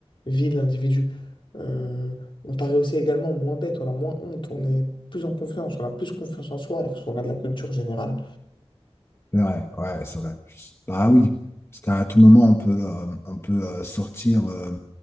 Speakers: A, on the left; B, on the left.
A: vie de l'individu. Euh, on paraît aussi également moins bête, on a moins honte, on est plus en confiance, on a plus confiance en soi alors qu'on a de la culture générale.
B: C'est vrai, ouais, c'est vrai. Bah oui, parce qu'à tout moment, on peut, euh, on peut euh, sortir euh,